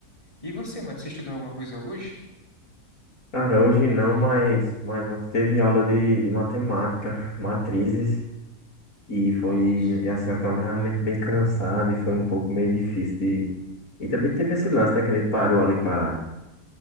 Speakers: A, on the left; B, on the left.
A: E você, mano, você estudou alguma coisa hoje?
B: Cara, hoje não, mas, mas ontem teve aula de, de matemática, <laughs> matrizes, e foi,
A: Nossa,
B: e assim, eu tava realmente bem cansado e foi um pouco meio difícil de... E também teve esse lance, né, que a gente parou ali pra,